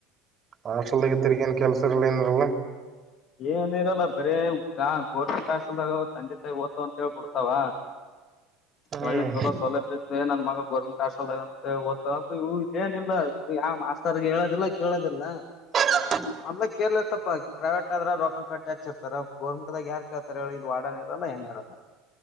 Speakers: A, on the right; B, on the left.
A: ಹಾಸ್ಟೆಲ್ಹಗ ತಿರಿಗೇನ್ ಕೆಲ್ಸ ಇರಲ್ಲ ಏನಿರಲ್ಲ
B: ಏನ ಇರಲ್ಲ ಬರೀ ಗೋರ್ಮೆಂಟ್ ಹಾಸ್ಪೆಲ್ದಾಗ ತಂದೆ ತಾಯಿ ಓದ್ತವ ಅಂತ ಹೇಳೇಳ್ಬಿಡ್ತಾವ
A: ಹ್ಮ್
B: ಒಳ್ಳೆ ಚಲೋ ಸೌಲಭ್ಯ ಾಗ <unintelligible> ಗೋರ್ಮೆಂಟ್ ಹಾಸ್ಟಲ್ ಅಂತ ಓತ್ತಂತ ಏನಿಲ್ಲ ಆ ಮಾಸ್ತರ್ ಹೇಳೋದಿಲ್ಲ ಕೇಳೋದಿಲ್ಲ
A: ಹ <unintelligible>
B: ಮಂದಾಗ <unintelligible> ಕೇರ್ಲೆಸ್ ಅಪ್ಪ ಪ್ರೈವೇಟ್ ಆದ್ರ ರೊ ಕಟ್ಟಿ ಹಚ್ಚಚ್ಿರ್ತಾರೆ ಗೋರ್ಮೆಂಟ್ ದಾಗ ಯಾರ್ು ಕೇಳ್ತಾರೆ ಹೇಳ ಇ ವಾಡ ಇರಲ್ಲ ಏನ ಇರಲ್ಲ